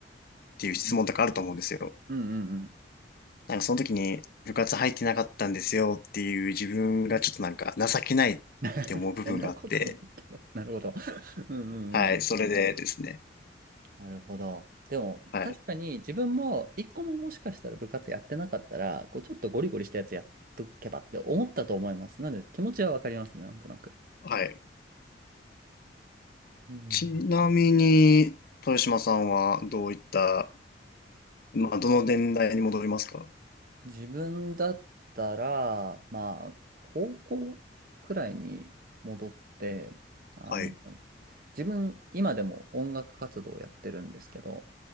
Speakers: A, on the left; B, on the right.
A: ていう質問とかあると思うんですよ。
B: うんうんうんうんうん。
A: なんかその時に部活入ってなかったんですよっていう自分がちょっとなんか情けないって思う部分があって、
B: <laughs> そんなことないけど。なるほど。うんうん
A: はい、それでですね。
B: なるほど。でも、
A: はい、
B: 確かに自分も一個ももしかしたら部活やってなかったら、こうちょっとゴリゴリしたやつやっとけばって思ったと思います。なので気持ちはわかりますね、なんとなく。
A: はい。
B: うん。
A: ちなみに、豊島さんはどういった、まあ、どの年代に戻りますか
B: 自分だったら、まあ、高校くらいに戻って、あの、
A: はい、
B: 自分、今でも音楽活動をやってるんですけど、